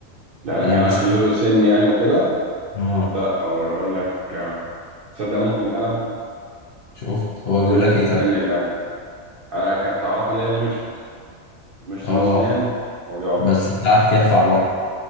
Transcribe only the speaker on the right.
القلم
يعني
عشان
له سن يعني وكده
لا هو يقول لك آه، تصدق ممكن القلم
سن ال-
سن القلم انا كنت اعرفها اللي هي المشط المشط
له اسنان ما بيقعدش